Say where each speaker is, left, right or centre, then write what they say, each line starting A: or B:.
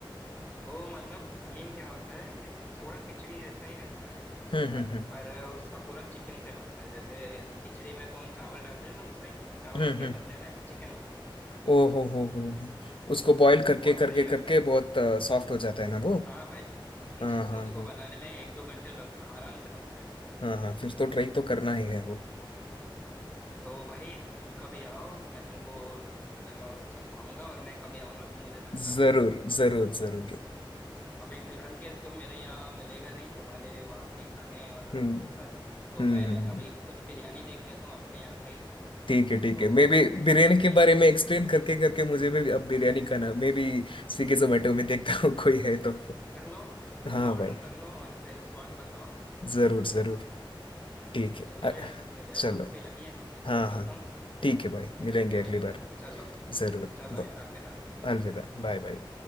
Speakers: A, on the left; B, on the left.
A: तो मतलब हलीम क्या होता है कि थोड़ा खिचड़ी जैसा ही रहता है
B: हम्म
A: पर
B: हम्म हम्म
A: पर उसका पूरा चिकन से बनता है जैसे खिचड़ी में तुम चावल डालते हो ना इसमें चावल
B: हम्म
A: के
B: हम्म
A: बदले में चिकन होता है
B: ओ हो हो हो हो। उसको बॉईल करके
A: बहुत
B: करके
A: सही रहता
B: करके
A: है
B: बहुत सॉफ्ट हो जाता है ना वो
A: हाँ भाई
B: हाँ
A: उस
B: हाँ
A: उसको
B: हाँ
A: बनाने में एक दो घंटे लग, आराम से लगते हैं
B: हाँ हाँ फिर तो ट्राई तो करना ही है वो
A: तो भाई तुम कभी आओ मैं तुमको अ, चखवाऊंगा और मैं कभी आऊंगा तुम मुझे चखा
B: जरूर
A: देना
B: जरूर जरूर
A: अभी फिलहाल के तो मेरे यहाँ मिलेगा नहीं तुम्हारे वहाँ के खाने और अ,
B: हम्म
A: वो सब तो
B: हम्म
A: मैं
B: हम्म, हम्म।
A: अभी कुछ बिरयानी देख लेता हूँ अपने यहाँ का ही
B: ठीक है ठीक
A: तो
B: है मैं भी बिरयानी के
A: ठीक
B: बारे
A: है
B: में एक्सप्लेन करके करके मुझे भी अब बिरयानी खाना मैं भी स्विगी जोमेटो में देखता हूँ <laughs> कोई है तो
A: कर लो कर
B: हाँ
A: लो ऑर्डर
B: भाई
A: कर लो और फिर स्वाद बताओ
B: जरूर जरूर ठीक है
A: चलो
B: अ-
A: यार फिर
B: चलो
A: भूख भी लगी है मैं तो
B: हाँ
A: निकलता
B: हाँ
A: हूँ
B: ठीक है भाई मिलेंगे
A: फिर
B: अगली
A: मिलते
B: बार
A: हैं चलो
B: जरूर
A: चलो
B: ब-
A: यार अलविदा
B: अलविदा Bye bye